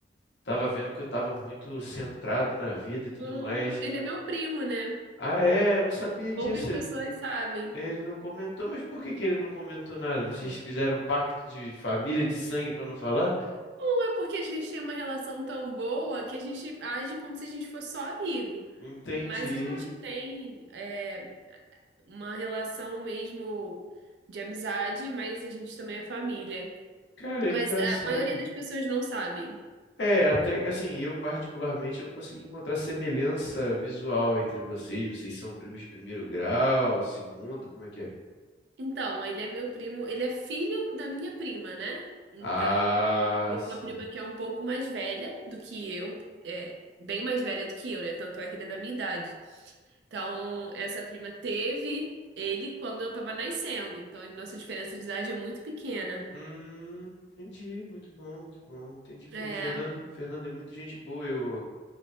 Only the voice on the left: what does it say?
tava vendo que eu tava muito centrado na vida e tudo
mais.
Ah, é, não sabia disso.
Ele não comentou, mas por que que ele não comentou nada? Vocês fizeram um pacto de família, de sangue pra não falar?
Entendi.
Cara, é
engraçado.
É, até que assim, eu particularmente não consegui encontrar semelhança visual entre vocês. Vocês são primos de primeiro grau, segundo, como é que é?
Ah,
sim.
Hum, entendi. Muito bom, muito bom. Entendi. Pô,
o Fernando, Fernando é muito gente boa. Eu,